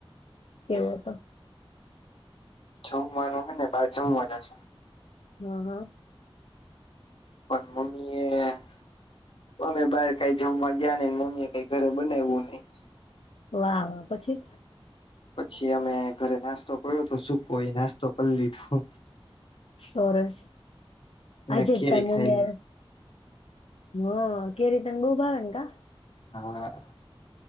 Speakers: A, on the left; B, on the left.
A: કેવો
B: કે
A: હતો?
B: જમવાનું હે ને બાર જમવાના છે.
A: હા હા.
B: પણ મમ્મીએ
A: વાવ પછી?
B: પછી અમે ઘરે નાસ્તો પયડોતો સુકો, ઈ નાસ્તો કર લીધો.
A: સોરસ.
B: અને
A: આજે
B: કેરી
A: તમ
B: ખાઈ
A: મેળ
B: લીધી
A: હ, કેરી તન બોવ ભાવે ન કા?
B: હા.